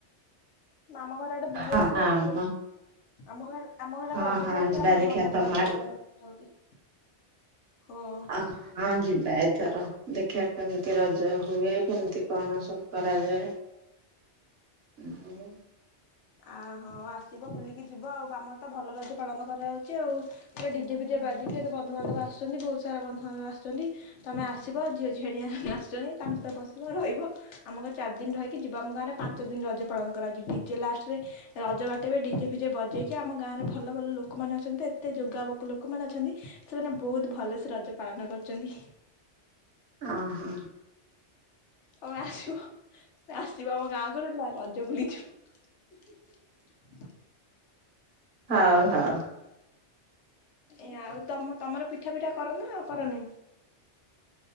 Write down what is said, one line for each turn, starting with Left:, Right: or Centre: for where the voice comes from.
Left: ଆମ ଘର ଆଡେ ବୁଲି
Right: ହଁ
Left: ଆସିବ
Right: ହଁ
Left: ଟିକେ ଆମ ଗାଁ ଆମ ଘରଟା
Right: ହଁ
Left: ରଜକୁ
Right: ହଁ
Left: ଆସିବ
Right: ଯିବା
Left: ଆମର
Right: ଦେଖିବା
Left: ଭଲ
Right: ତମ
Left: ରଜ
Right: ଆଡେ
Left: ପାଳନ ହଉଛି ହଁ।
Right: ଆ ହଁ ଯିବା ଏଥର ଦେଖିବା କେମିତି ରଜ ହୁଏ କେମିତି କଣ ସବୁ କରାଯାଏ? ହଁ
Left: ଆ ହଁ ଆସିବ ବୁଲିକି ଯିବ ଆଉ ଆମର ତ ଭଲ ରଜ ପାଳନ କରାଯାଉଛି ଆଉ ପୁରଟେ ଡିଜେ ଫିଜେ ବାଜିକି ଏତ ବଧୁବାନ୍ଧବ ଆସିଛନ୍ତି ବହୁସାରା ବନ୍ଧୁବାନ୍ଧବ ଆସଛନ୍ତି। ତମେ ଆସିବ ଝିଅ ଝିଅଣିଆ ଆସଛନି ତାଙ୍କ ସହିତ ବସିବ ରହିବ ଆମ ଘ ଚାରି ଦିନ ରହିକି ଯିବ। ଆମ ଗାଁରେ ପାଞ୍ଚ ଦିନ ରଜ ପାଳନ କରାଯାଉଛି ଡିଜେ ଲାଷ୍ଟରେ ରଜ ବାଟିବ ଡିଜେ ଫିଜେ ବଜେଇକି ଆମ ଗାଁ ରେ ଭଲ ଭଲ ଲୋକମାନେ ଅଛନ୍ତି ଏତେ ଯୋଗୋଗ ଲୋକମାନେ ଅଛନ୍ତି। ସେମାନେ ବହୁତ ଭଲ ସେ ରଜ ପାଳନ କରୁଛନ୍ତି।
Right: ଓହୋ
Left: ତମେ ଆସିବ ତମେ ଆସିବ ଆମ ଗାଁକୁ ରଜ ବୁଲିଯିବ।
Right: ହଉ ହଉ
Left: <unintelligible> ଏ ଆଉ ତମ ତମର ପିଠା ପିଠା କରନା ଆଉ କରନି।